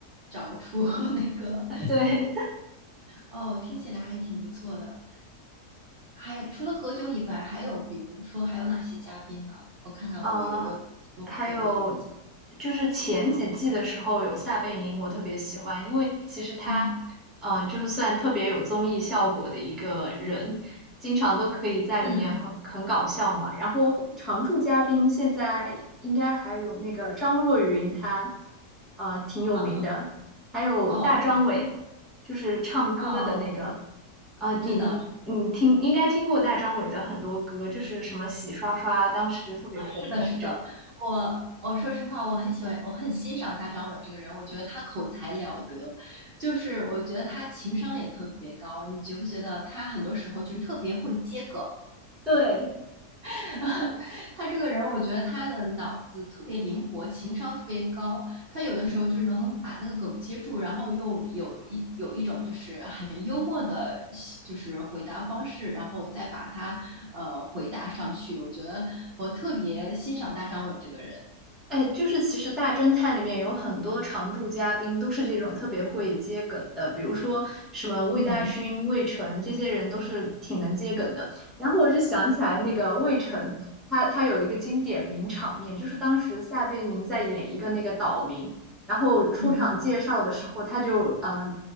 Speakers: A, on the right; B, in the centre.
A: 找出 <laughs> 那个，
B: <laughs> 对。
A: 哦，听起来还挺不错的。还除了何炅以外，还有比如说还有哪些嘉宾呢？我看看我有没有其中有没有？
B: 呃，还有就是前几季的时候有撒贝宁，我特别喜欢，因为其实他，
A: 嗯
B: 呃，就是算特别有综艺效果的一个人，经常都可以在里面很很搞笑嘛。
A: 嗯，
B: 然后常驻嘉宾现在应该还有那个张若昀，他呃挺有名的，
A: 哦
B: 还有大张伟，
A: 哦，我知
B: 就是唱歌的那个。
A: 哦，
B: 呃，
A: 我知道，
B: 你你你听应该听过大张伟的很多歌，就是什么洗刷刷，当时就特别红的那种。
A: 是的，是的，我我说实话，我很喜欢，我很欣赏大张伟这个人，我觉得他口才了得，就是我觉得他情商也特别高，你觉不觉得他很多时候就是特别会接梗？
B: 对，
A: <laughs> 他这个人，我觉得他的脑子特别灵活，情商特别高。他有的时候就是能把那个梗接住，然后又有一有一种就是很幽默的，就是回答方式，然后再把它呃回答上去。我觉得我特别欣赏大张伟这个人。
B: 哎，就是其实《大侦探》里面有很多常驻嘉宾都是这种特别会接梗的，比如说什么魏大勋、
A: 嗯
B: 魏晨这些人都是挺能接梗的。然后我就想起来那个魏晨，他他有一个经典名场面，就是当时撒贝宁在演一个那个岛民，然后出场介绍的时候，
A: 嗯嗯。
B: 他就呃